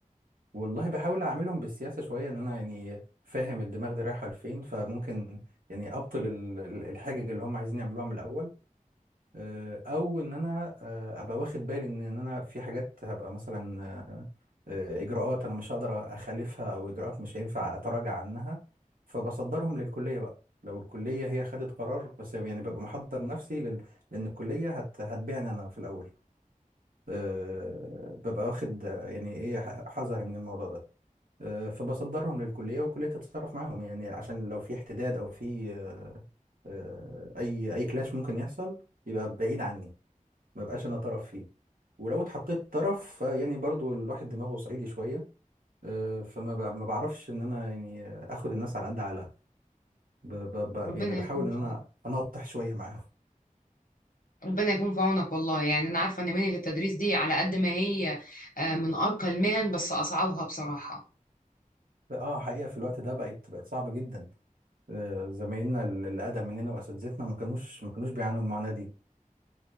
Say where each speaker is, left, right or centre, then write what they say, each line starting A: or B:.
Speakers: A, on the right; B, on the left.
A: والله بحاول اعاملهم بالسياسه شويه ان انا يعني فاهم الدماغ دي رايحه لفين فممكن يعني ابطل ال- ال- الحاجه اللي هم عايزين يعملوها من الاول آه، او ان انا آه، ابقى واخد بالي ان إن انا في حاجات هبقى مثلا آه، آه، اجراءات انا مش هقدر اخالفها او اجراءات مش هينفع اتراجع عنها فبصدرهم للكليه بقى لو الكليه هي خدت قرار بس يعني ببقى محضر نفسي لل... لان الكليه هت... هتبيعني انا في الاول أه ببقى واخد آه، يعني ايه ح- حذري من الموضوع ده أه فبصدرهم للكليه والكليه تتصرف معاهم يعني عشان لو في احتداد او في آه، آه، اي اي كلاش ممكن يحصل يبقى بعيد عني ما بقاش انا طرف فيه ولو اتحطيت طرف يعني برضو الواحد دماغه صعيدي شويه آه، فما بع- ما بعرفش ان انا يعني اخد الناس على قد عقلها ب- ب- ب-
B: ربنا
A: يعني بحاول
B: يكون في
A: ان انا
B: عونك
A: اناطح شويه معاهم
B: ربنا يكون في عونك والله يعني انا عارفه ان مهنه التدريس دي على قد ما هي آه، من ارقى المهن بس اصعبها بصراحه
A: اه حقيقه في الوقت ده بقت بقت صعبه جدا آه، زمايلنا اللي اقدم مننا واساتذتنا ما كانوش ما كانوش بيعانوا المعاناه دي